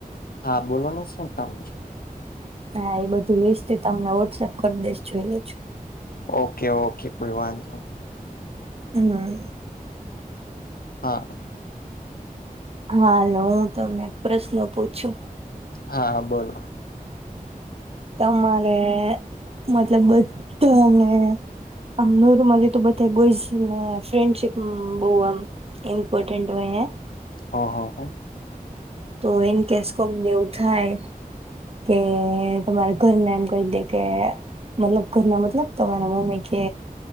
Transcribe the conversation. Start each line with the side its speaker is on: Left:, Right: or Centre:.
Left: હા બોલો ન શું કામ છે
Right: હા એ બધું લિસ્ટ તમને વોટ્સઅપ કરી દઈશ જોઈ લેજો
Left: ઓકે ઓકે કોઈ વાંધો
Right: હા
Left: હા
Right: હાાલ હું તમને પ્રશ્ન પૂછું
Left: હા હબોનું
Right: તમારે મતલબ બધાને આમ ન રમલી તો બધ બોયઝને ફ્રેન્ડશીપ બહ આમ મપોર્ટેન્ટ ભ એ
Left: હ હ હ
Right: તો એને કેસકો દવું થાય કે તમારે ઘરને એમ કઈ દ કે મતલબ કરના મતલબ તમારા મમે ક